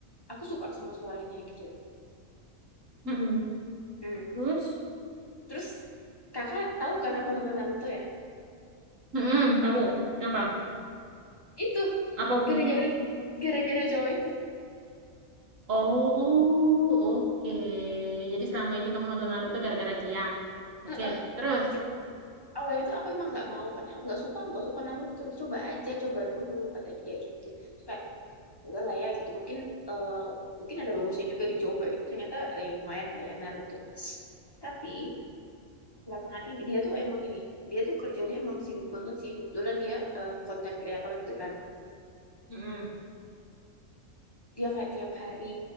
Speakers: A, on the left (about 20°); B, on the right (about 70°).
A: aku suka sama suaranya gitu
B: Mm-mm.
A: Hmm.
B: Terus?
A: Terus kakak tahu kan aku nonton Naruto ya
B: Mm-mm. Tahu. Kenapa?
A: itu
B: Apa punya?
A: gara-gara gara-gara cowok itu
B: Oh, oke. Jadi selama ini kamu nonton Naruto gara-gara dia. Oke,
A: Heeh.
B: terus.
A: Jadi, awalnya tuh aku emang nggak mau kan nggak suka nggak suka Naruto coba aja coba dulu kata dia gitu Terus kayak udah lah ya gitu mungkin eh, mungkin ada bagusnya juga dicoba gitu ternyata eh, ya lumayan lah ya Naruto tapi belakangan ini dia tuh emang ini dia tuh kerjanya emang sibuk banget sih kebetulan dia eh, konten kreator gitu kan
B: Mm-mm.
A: dia kayak tiap hari